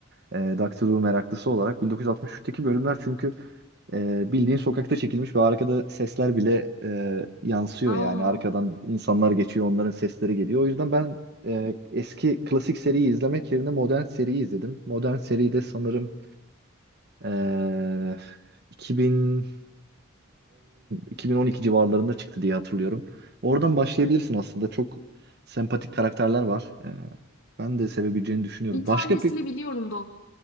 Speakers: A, on the right (about 50°); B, on the left (about 70°).
A: e, Doctor Who meraklısı olarak 1963'teki bölümler çünkü e, bildiğin sokakta çekilmiş ve arkada sesler bile e, yansıyor
B: <laughs> Aa.
A: yani arkadan insanlar geçiyor onların sesleri geliyor. O yüzden ben e, eski klasik seriyi izlemek yerine modern seriyi izledim. Modern seride sanırım ee, 2010 2012 civarlarında çıktı diye hatırlıyorum. Oradan başlayabilirsin aslında. Çok sempatik karakterler var. Ee, ben de sevebileceğini düşünüyorum.
B: Bir tanesini
A: Başka peki?
B: biliyorum dok